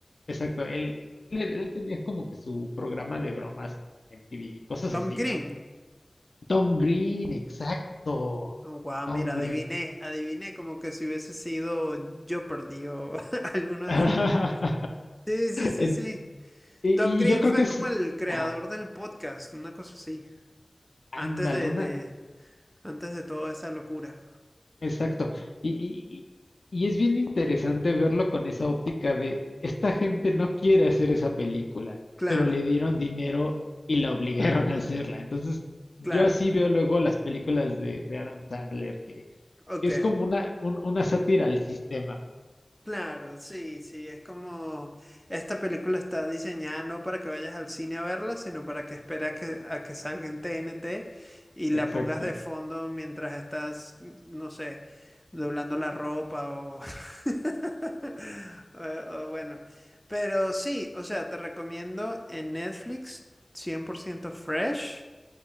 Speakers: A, on the left; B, in the centre.
A: Exacto, él, él, él tenía como que su programa de bromas en MTV y cosas
B: Tom
A: así,
B: Green.
A: ¿no? Tom Green, exacto.
B: Oh, guau,
A: Tom
B: mira, adiviné,
A: Green.
B: adiviné como que si hubiese sido Jeopardy o <laughs> alguno de
A: <laughs>
B: esos Sí, sí, sí,
A: En-
B: sí.
A: Y,
B: Tom Green
A: y yo creo
B: fue
A: que es,
B: como el creador
A: ajá,
B: del podcast, una cosa así.
A: ándale,
B: Antes de,
A: una,
B: de, antes de toda esa locura.
A: exacto. Y, y, y y es bien interesante verlo con esa óptica de, esta gente no quiere hacer esa película,
B: Claro,
A: pero le dieron dinero y la obligaron a hacerla. Entonces, yo
B: claro.
A: así veo luego las películas de, de Adam Sandler,
B: Ok.
A: Es como una, un- una sátira al sistema.
B: Claro, sí, sí, es como esta película está diseñada no para que vayas al cine a verla, sino para que esperes a que, a que salga en TNT y la
A: Exacto.
B: pongas de fondo mientras estás, no sé, doblando la ropa o, <laughs> o- o bueno. Pero sí, o sea, te recomiendo en Netflix cien por ciento Fresh